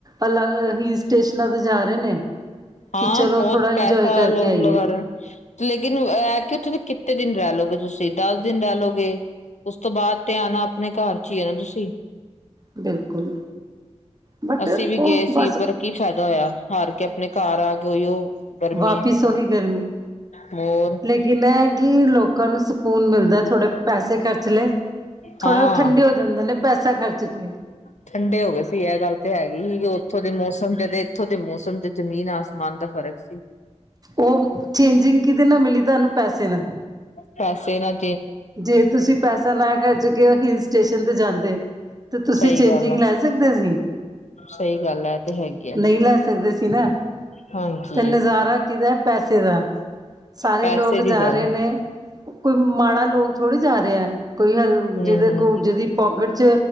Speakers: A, on the right; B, on the left.
A: ਅਲਗ ਹੀ ਸਟੇਸ਼ਨਾਂ ਤੇ ਜਾ ਰੇ ਨੇ।
B: ਹਾਂ,
A: ਕਿ ਚਲੋ
B: ਬੌਤ
A: ਥੋੜਾ ਇੰਜੋਏ
B: ਪੈਸਾ
A: ਕਰਕੇ
B: ਲੋਗ
A: ਆਈਏ।
B: ਲਗਾ ਰੇ ਐ। ਲੇਕਿਨ ਇਹ ਕਿ ਉੱਥੇ ਕਿਤਨੇ ਦਿਨ ਰਹਿ ਲੋਗੇ ਤੁਸੀਂ, ਦਸ ਦਿਨ ਰਹਿ ਲੋਗੇ। ਉਸ ਤੋਂ ਬਾਅਦ ਤੇ ਆਣਾ ਆਪਣੇ ਘਰ ਚ ਹੀ ਆ ਤੁਸੀ।
A: ਬਿਲਕੁਲ। ਬਟ
B: ਅਸੀਂ ਵੀ
A: ਉਹ
B: ਗਏ ਸੀ
A: ਬਸ
B: ਪਰ ਕੀ ਫਾਇਦਾ ਹੋਇਆ ਹਾਰ ਕੇ ਆਪਣੇ ਘਰ ਆ ਕੇ ਉਹੀਓ ਗਰਮੀ
A: ਵਾਪਿਸ ਉਹੀ ਗਰਮੀ
B: ਹੋਰ
A: ਲੇਕਿਨ ਇਹ ਕਿ ਲੋਕਾਂ ਨੂੰ ਸਕੂਨ ਮਿਲਦਾ। ਥੋੜੇ ਪੈਸੇ ਖਰਚ ਲੈ ਥੋੜੇ
B: ਹਾਂ
A: ਉਹ ਠੰਡੇ ਹੋ ਜਾਂਦੇ ਨੇ ਪੈਸਾ ਖਰਚ ਕੇ।
B: ਠੰਡੇ ਹੋ ਗਏ ਸੀ ਇਹ ਗੱਲ ਤੇ ਹੈਗੀ ਹੀ ਕਿ ਉੱਥੋਂ ਦੇ ਮੌਸਮ ਤੇ ਇੱਥੋਂ ਦੇ ਮੌਸਮ ਚ ਜ਼ਮੀਨ ਆ ਮਾਨ ਦਾ ਫ਼ਰਕ ਸੀ।
A: ਉਹ ਚੇਂਜਿੰਗ ਕਿਦੇ ਨਾਲ ਮਿਲੀ ਤੁਹਾਨੂੰ ਪੈਸੇ ਨਾਲ।
B: ਪੈਸੇ ਨਾਲ
A: ਜੇ ਤੁਸੀਂ ਪੈਸਾ ਨਾ ਖਰਜ ਕੇ ਹਿਲ ਸਟੇਸ਼ਨ ਤੇ ਜਾਂਦੇ। ਤੇ ਤੁਸੀਂ
B: ਸਹੀ
A: ਚੇਂਜਿੰਗ
B: ਗੱਲ ਆ
A: ਲੈ ਸਕਦੇ ਸੀ?
B: ਸਹੀ ਗੱਲ ਹੈ ਤੇ ਹੈਗੀ ਆ
A: ਨਹੀਂ ਲੈ ਸਕਦੇ ਸੀ ਨਾ।
B: ਹਾਂਜੀ
A: ਤੇ ਨਜ਼ਾਰਾ ਕਿਦੈ ਪੈਸੇ ਦਾ, ਸਾਰੇ
B: ਪੈਸੇ
A: ਲੋਕ
B: ਦੀ
A: ਜਾ
B: ਗੱਲ
A: ਰੇ ਨੇ ਕੋਈ ਮਾੜਾ ਲੋਕ ਥੋੜੀ ਜਾ ਰੇਐ ਕੋਈ ਹਲ
B: ਹਮ
A: ਜਿਦੇ
B: ਹਮ
A: ਕੋ ਜਿਦੀ ਪੋਕਿਟ ਚ